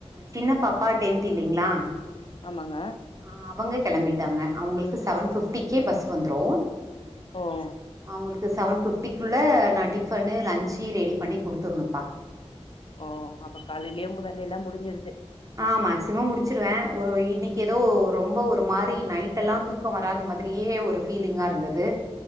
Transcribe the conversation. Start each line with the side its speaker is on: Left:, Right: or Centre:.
Right: சின்ன பாப்பா டென்த் இல்லைங்களா
Left: ஆமாங்க
Right: ஆ அவங்க கிளம்பிட்டாங்க அவங்களுக்கு செவன் ஃபிப்டிக்கே பஸ் வந்துடு
Left: ஓஹ்
Right: உங்களுக்கு செவன் ஃபிப்டிக்குள்ள நான் டிஃபனு லன்சு ரெடி பண்ணி குடுத்துருணுப்பா
Left: ஓ அப்ப காலையிலயே உங்க வேலலெல்லா முடிஞ்சிருது
Right: ஆஹ் மேக்சிமம் முடிச்சிருவ ஒரு இன்னிக்கு ஏதோ ரொம்ப ஒரு மாரி நைட் எல்லா தூக்க வராத மாதிரியே ஒரு ஃபீலிங்கா இருந்தது